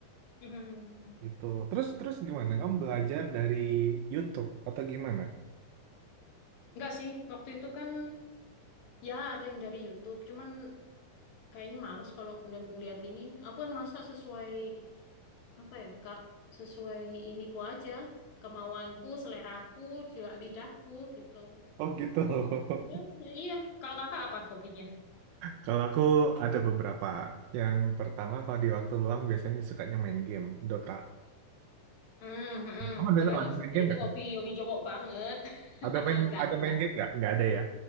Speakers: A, on the left; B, on the right.
A: Mhm.
B: Gitu. Terus terus gimana? Kamu belajar dari YouTube atau gimana?
A: nggak sih waktu itu kan ya ada yang dari YouTube cuman kayaknya males kalau ng- ngeliat ini. Aku kan masak sesuai apa ya Kak, sesuai iniku aja, kemauanku, seleraku, juga lidahku gitu.
B: Oh, gitu. <laughs>
A: Gitu aja, iya. Kalau kakak apa hobinya?
B: Kalau aku ada beberapa. Yang pertama kalau di waktu luang biasanya sukanya main game, Dota.
A: Hmm, hmm, hmm.
B: Kamu ada,
A: Terus,
B: ada main
A: ya
B: game
A: itu
B: nggak?
A: hobi hobi cowok banget. <laughs>
B: Ada main
A: Enggak,
B: ada
A: enggak,
B: main game nggak? Nggak ada ya?